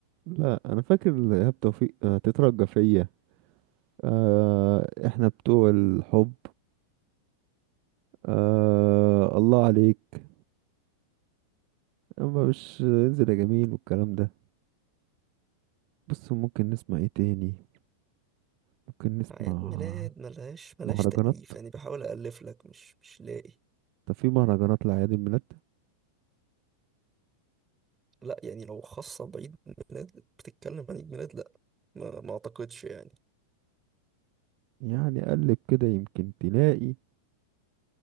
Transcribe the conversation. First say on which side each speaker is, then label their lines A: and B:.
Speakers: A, on the right; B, on the right.
A: لا انا فاكر ايهاب توفيق آه، تترجى فيا آه احنا بتوع الحب آه الله عليك اما مش انزل يا جميل والكلام ده بص ممكن نسمع ايه تاني ممكن نسمع
B: أعياد ميلاد ملهاش ملهاش
A: مهرجانات
B: تأليف يعني بحاول أألف لك مش مش لاقي
A: طب في مهرجانات لأعياد الميلاد
B: لا يعني لو خاصة بعيد ميلاد بتتكلم عن عيد ميلاد لا ما, ما أعتقدش يعني
A: يعني قلب كده يمكن تلاقي